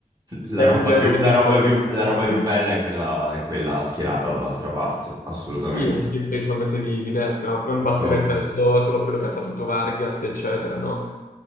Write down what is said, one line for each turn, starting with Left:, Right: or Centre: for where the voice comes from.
Right: <laughs> la
Left: è
Right: roba
Left: un genere
Right: più,
Left: principalmente
Right: la roba più-
Left: di
Right: la
Left: destra.
Right: roba più bella è quella, è quella schierata dall'altra parte, assolutamente.
Left: Sì, sì, principalmente di, di destra. Non
Right: Purtroppo.
Left: basti pensare solo, solo a quello che ha fatto Vargas, eccetera, no?